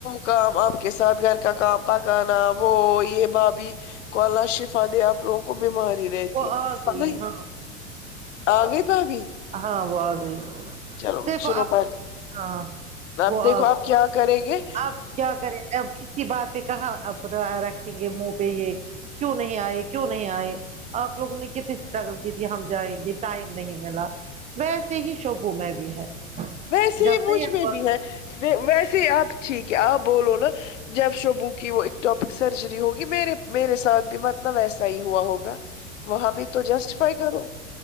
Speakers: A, on the left (about 60°); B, on the right (about 20°).
A: کام آپ کے ساتھ گھر کا کام پکانا وہ یے بابی کو اللہ شفا دے آپ لوگوں کو بیماری رہتی
B: وہ
A: ہے
B: آ گئی
A: نہیں
B: ہاں
A: آ گئی بھابھی
B: ہاں وہ آ گئی
A: چلو
B: دیکھو
A: سنو
B: آپ
A: پہلے
B: ہاں
A: آپ
B: وہ
A: دیکھو
B: آ
A: آپ کیا کریں گے
B: آپ کیا کریں ا اسی بات پے کہاں اب رکھیں گے منہ پے یے کیوں نہیں آئے کیوں نہیں آئے آپ لوگوں نے کتنی اسٹرگل کی تھی ہم جائیں گے ٹائم نہیں ملا ویسے ہی شبوں میں بھی ہے
A: ویسے
B: جب
A: ہی مجھ
B: یہ
A: میں بھی ہے ویسے ہی آپ ٹھیک ہے آپ بولو نا جب شبو کی وہ ٹاپک سرجری ہوگی مے میرے ساتھ بھی مت نا ویسا ہی ہوا ہوگا وہاں بھی تو جسٹیفائی کرو